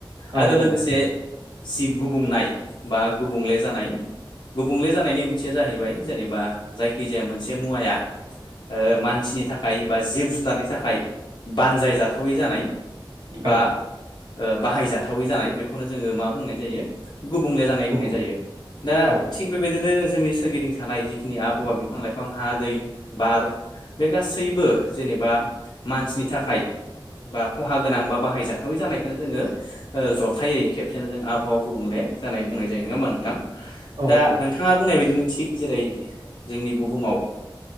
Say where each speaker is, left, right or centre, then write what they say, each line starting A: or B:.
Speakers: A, on the right; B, on the left.
A: औ
B: आरो लोगोसे सि गुबुंनाय बा गुबुंले जानाय गुबुंले जानायनि ओंथिया जाहैबाय जेनेबा जायखि जाया मोनसे मुवाया ओ मानसि मानसिनि थाखाय बा जिब जुनारनि थाखाय बानजाय जाथावै जानाय
A: औ
B: बा ओ बाहायजाथावै जानाय बेखौनो जोङो मा बुंनाय जायो गुबुंले जानाय
A: गुबुं
B: बुंनाय जायो दा
A: औ
B: थिग बेबायदिनो जोंनि सोरगिदिं थानाय बेखिनि आबहावा बिफां लाइफां हा दै बार बे गासैबो जेनेबा मानसिनि थाखाय बा खहा गोनां बा बाहायजाथावै जानायखौनो जोङो ओ जथायै खेबसेनो जों आबहावा गुबुंले जानाय बुंनाय जायो नङा होनबा नोंथां।
A: औ
B: दा
A: औ
B: नोंथाङा बुंनाय बायदिनो थिग जेरै जोंनि बुहुमाव